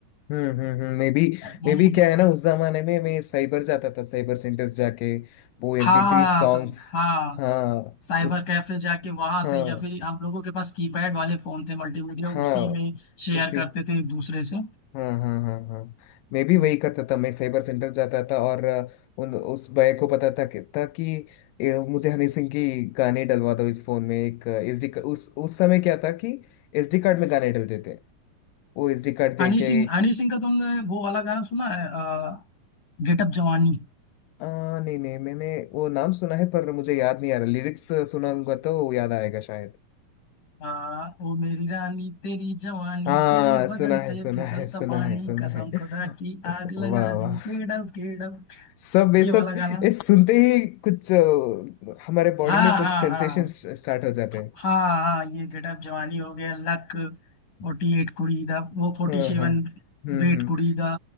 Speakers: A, on the left; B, on the left.
A: हम्म हम्म हम्म मैं भी
B: हम्म
A: मैं भी क्या है ना उस जमाने में मैं साइबर जाता था साइबर सेंटर जाके वो एमपी
B: हाँ
A: थ्री सॉन्ग्स
B: सं- हाँ
A: हाँ
B: साइबर
A: उस
B: कैफे जाके वहां
A: हाँ
B: से या फिर हम लोगों के पास कीपैड वाले फोन थे मल्टीमीडिया
A: हाँ
B: उसी में शेयर
A: उसी
B: करते थे एक दूसरे से
A: हाँ हाँ हाँ हाँ मैं भी
B: हम्म।
A: वही करता था मैं साइबर सेंटर जाता था और अ, उन उस भैया को पता था कि, था कि ए, मुझे हनी सिंह की गाने डलवा दो इस फोन में एक एसडी उस उस समय क्या था कि एसडी कार्ड में गाने डलते थे वो एसडी कार्ड दे
B: हनी
A: के
B: सिंह हनी सिंह का तुमने वो वाला गाना सुना है अ, गेटअप जवानी
A: आ, नहीं नहीं मैंने वो नाम सुना है पर मुझे याद नहीं आ रहा लिरिक्स सुनाऊंगा तो वो याद आएगा शायद
B: आ, ओ मेरी रानी तेरी जवानी
A: हाँ
B: तेरे
A: सुना
B: बदन
A: है
B: पे
A: सुना
B: फिसलता
A: है सुना
B: पानी
A: है सुना
B: कसम
A: है <laughs>
B: खुदा की आग
A: वाह
B: लगा
A: वाह
B: दी केडम केडम
A: सब वे
B: ये
A: सब
B: वाला गाना
A: ये सुनते ही कुछ अ, हमारे बॉडी
B: हाँ
A: में कुछ
B: हाँ
A: सेंसेशन
B: हाँ
A: स्टार्ट हो जाते
B: हाँ
A: हैं
B: हाँ ये गेटअप जवानी हो गया लक फोर्टी एट कुड़ी दा वो फोर्टी
A: हाँ
B: सेवन
A: हाँ हम्म
B: वेट
A: हम्म
B: कुड़ी दा,